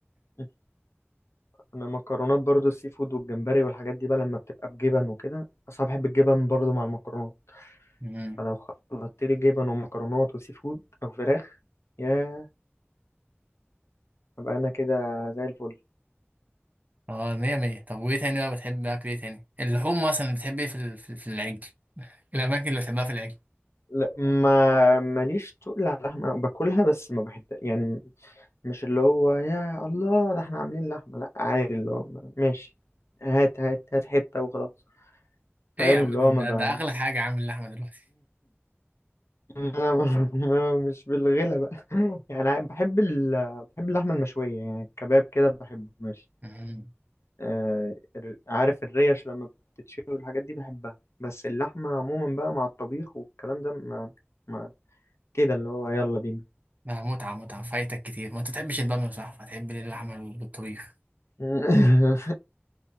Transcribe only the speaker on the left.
<laughs> انا مكرونات برضو السي فود والجمبري والحاجات دي بقى لما بتبقى بجبن وكده اصلا بحب الجبن برضو مع المكرونات
فلو خلطت لي جبن ومكرونات وسي فود او فراخ يا ابقى انا كده زي الفل
لا ما ماليش تقل على اللحمه باكلها بس ما بحب يعني مش اللي هو يا الله ده احنا عاملين لحمه لا عادي اللي هو ماشي هات هات هات حته وخلاص فاهم
اللي
هو ما بقى
انا <laughs> ما- مش بالغلا بقى <laughs> يعني بحب ال... بحب اللحمه المشويه يعني الكباب كده بحبه ماشي
آه... الر- عارف الريش لما بتتشوي والحاجات دي بحبها بس اللحمه عموما بقى مع الطبيخ والكلام ده ما, ما... كده اللي هو يلا بينا
<laughs>